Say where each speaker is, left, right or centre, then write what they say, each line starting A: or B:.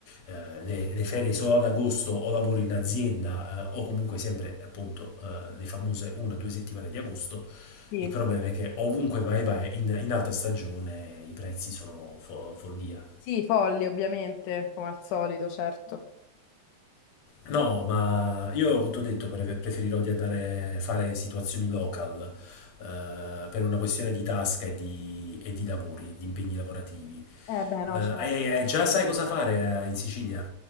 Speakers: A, on the left (about 65°); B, on the left (about 80°).
A: eh, le, le ferie solo ad agosto o lavori in azienda eh, o comunque sempre appunto eh, le famose una o due settimane di agosto,
B: sì.
A: il problema è che ovunque vai vai in, in alta stagione i prezzi sono fo- follia.
B: Sì, folli ovviamente, come al solito, certo.
A: No, ma io ti ho detto, pre- preferirò di andare a fare situazioni local, eh, per una questione di tasca e di, e di lavori, di impegni lavorativi.
B: Eh beh, no,
A: Eh,
B: cioè,
A: hai- hai- già sai cosa fare eh, in Sicilia?